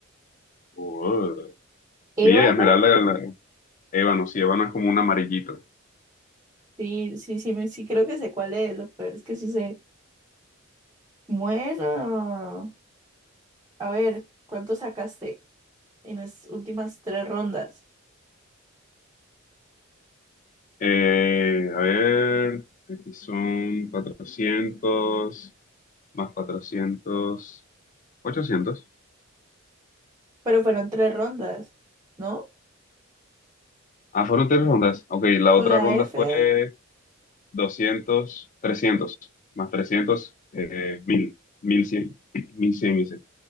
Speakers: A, on the left; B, on the right.
A: Uh, mira,
B: Ébano,
A: esmeralda, la- ébano, sí, ébano es como un amarillito.
B: sí, sí, sí, me- sí, creo que sé cuál es. Lo peor es que sí sé. Bueno, a ver, ¿cuánto sacaste en las últimas tres rondas?
A: Eh, a ver, aquí son 400 más 400, 800.
B: Pero fueron tres rondas, ¿no?
A: Ah, fueron tres rondas. Ok, la
B: Con
A: otra
B: la
A: ronda
B: F,
A: fue 200, 300, más 300, eh, mil, mil cien, <clears throat> 1100 hice.